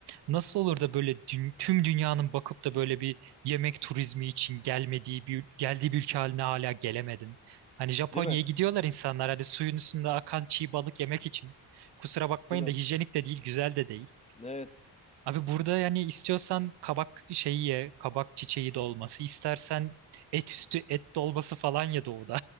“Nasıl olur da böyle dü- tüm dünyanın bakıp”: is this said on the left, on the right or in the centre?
Right